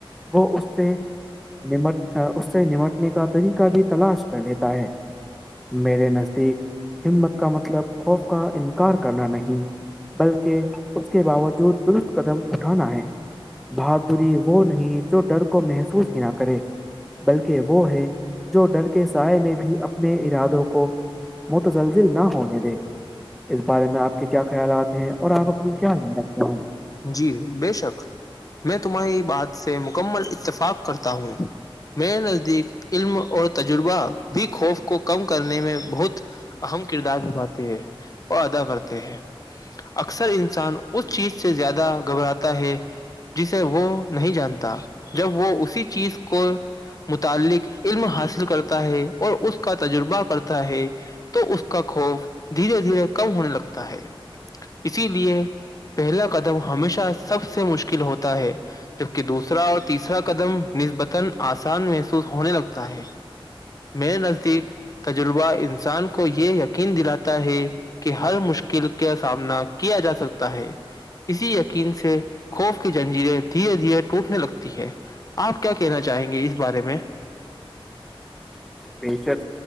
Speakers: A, in the centre; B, on the left.
A: وہ اس سے نمٹ اس سے نمٹنے کا طریقہ بھی تلاش کر لیتا ہے میرے نزدیک ہمت کا مطلب خوف کا انکار کرنا نہیں بلکہ اس کے باوجود درست قدم اٹھانا ہے بہادری وہ نہیں جو ڈر کو محسوس ہی نہ کرے بلکہ وہ ہے جو ڈر کے سائے نے بھی اپنے ارادوں کو متزلزل نہ ہونے دے اس بارے میں آپ کے کیا خیالات ہیں ہے اور آپ اپنی کیا نان رکھتے ہیں
B: جی بے شک میں تمہاری بات سے مکمل اتفاق کرتا ہوں میرے نزدیک علم اور تجربہ بھی خوف کو کم کرنے میں بہت اہم کردار نھاتے ہیں اور ادا کرتے ہیں اکثر انسان اس چیز سے زیادہ گھبراتا ہے جسے وہ نہیں جانتا جب وہ اسی چیز کو متعلق علم حاصل کرتا ہے اور اس کا تجربہ کرتا ہے تو اس کا خوف دھیرے دھیرے کم ہونے لگتا ہے اسی لیے پہلا قدم ہمیشہ سب سے مشکل ہوتا ہے جبکہ دوسرا اور تیسرا قدم نسبتا اسان محسوس ہونے لگتا ہے میرے نزدیک تجربہ انسان کو یہ یقین دلاتا ہے کہ ہر مشکل کا سامنا کیا جا سکتا ہے اسی یقین سے خوف کی جنجیریں دھیرے دھیرے ٹوٹنے لگتی ہے آپ کیا کہنا چاہیں گے اس بارے میں
A: بےشک